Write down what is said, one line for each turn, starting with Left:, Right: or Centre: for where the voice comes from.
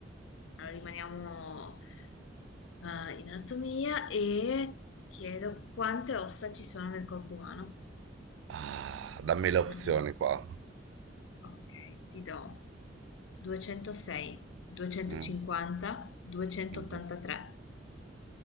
Left: Allora, rimaniamo eh, in anatomia e chiedo quante ossa ci sono nel corpo umano.
Right: Ah, dammi le
Left: Mm,
Right: opzioni
Left: mm, mm.
Right: qua.
Left: Ok, ti do 206, 250,
Right: Mm,
Left: 283.
Right: mhm.